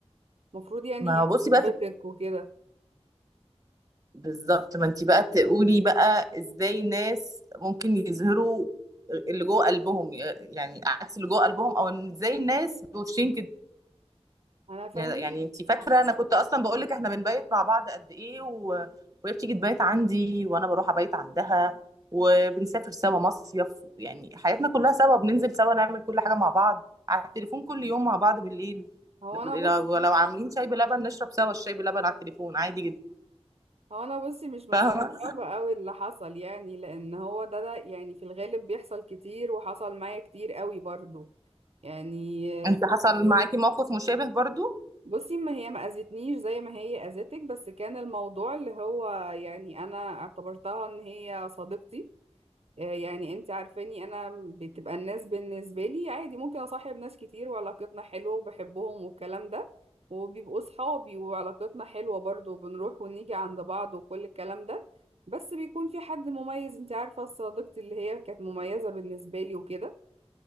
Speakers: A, on the right; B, on the right.
A: المفروض يعني
B: ما
A: هي
B: هو
A: صاحبتك
B: بصي بقى تت-
A: وكده
B: بالظبط ما انت بقى تقولي بقى ازاي الناس ممكن يظهروا اللي جوه قلبهم يعني عكس اللي جوه قلبهم او إن ازاي الناس بوشين كده
A: انا فاهمك
B: لا- يعني انت فاكره انا كنت اصلا بقول لك احنا بنبيت مع بعض قد ايه و... وهي بتيجي تبيت عندي وانا بروح ابيت عندها وبنسافر سوا مصيف يعني حياتنا كلها سوا بننزل سوا نعمل كل حاجه مع بعض على التليفون كل يوم مع بعض بالليل
A: هو
B: لو
A: انا بص
B: لو عاملين شاي بلبن نشرب سوا الشاي بلبن على التليفون عادي جدا
A: هو انا بصي مش مستغربه
B: فاهمه
A: قوي اللي حصل يعني لان هو ده ده يعني في الغالب بيحصل كتير وحصل معايا كتير قوي برضو يعني
B: انت
A: صح
B: حصل معاكي موقف مشابه برضو
A: بصي ما هي ما اذتنيش زي ما هي اذتك بس كان الموضوع اللي هو يعني انا اعتبرتها ان هي صديقتي آه، يعني انت عارفاني انا بتبقى الناس بالنسبه لي عادي ممكن اصاحب ناس كتير وعلاقتنا حلوه وبحبهم والكلام ده وبيبقوا صحابي وعلاقتنا حلوه برضو وبنروح ونيجي عند بعض وكل الكلام ده بس بيكون في حد مميز انت عارفه صديقتي اللي هي كانت مميزه بالنسبه لي وكده